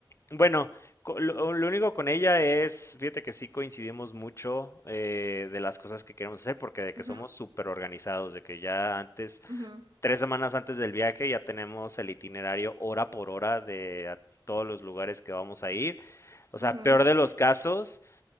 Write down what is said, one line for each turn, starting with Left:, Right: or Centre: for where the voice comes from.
Left: bueno, co- lo, lo único con ella es, fíjate que sí coincidimos mucho eh, de las cosas que queremos hacer, porque de que
Right: Ajá,
Left: somos súper organizados, de que ya antes,
Right: ajá,
Left: tres semanas antes del viaje, ya tenemos el itinerario hora por hora de a todos los lugares que vamos a ir. O sea,
Right: ajá,
Left: peor de los casos,